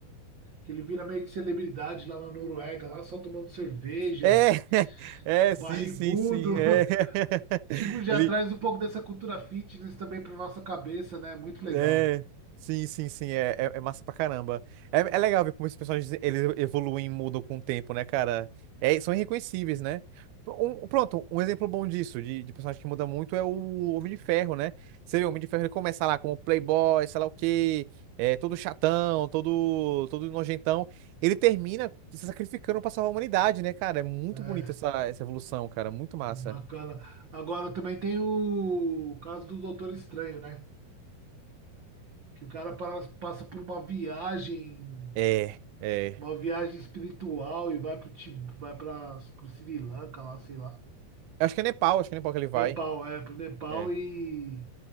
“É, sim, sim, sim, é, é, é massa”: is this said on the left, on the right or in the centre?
Right